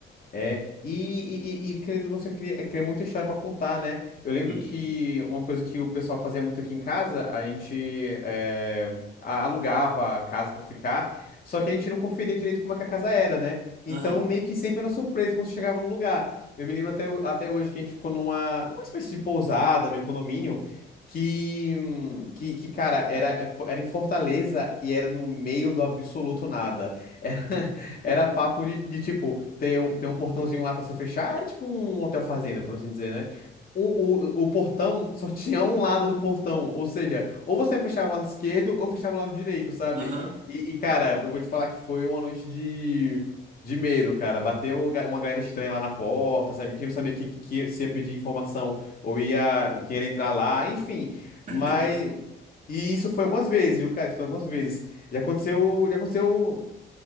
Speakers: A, on the left (about 45°); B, on the right (about 40°).
A: É, e, e, e, e querendo ou não, você cria, cria muita história pra contar, né? Eu lembro
B: Sim.
A: que uma coisa que o pessoal fazia muito aqui em casa, a gente é, a- alugava a casa pra ficar, só que a gente não conferia direito como é que a casa era, né? Então,
B: Aham.
A: meio que sempre era uma surpresa quando você chegava no lugar. Eu me lembro até, ho- até hoje que a gente ficou numa uma espécie de pousada, meu condomínio, que, hum, que, que cara, era, era em Fortaleza e era no meio do absoluto nada. Era, <laughs> era
B: Uhum.
A: papo de, de tipo tem um, tem um portãozinho lá pra você fechar. Era tipo um hotel fazenda, por assim dizer, né? O, o, o portão só tinha um lado do portão, ou seja, ou você fechava o lado esquerdo ou fechava o lado direito, sabe?
B: Aham.
A: E, e, cara, eu vou te falar que foi uma noite de, de medo, cara. Bateu ga- uma galera estranha lá na porta, sabe? Que não sabia que, que, que se ia pedir informação ou ia querer entrar lá, enfim.
B: <laughs>
A: Mas. E isso foi algumas vezes, viu, cara? Isso foi algumas vezes. Já aconteceu, já aconteceu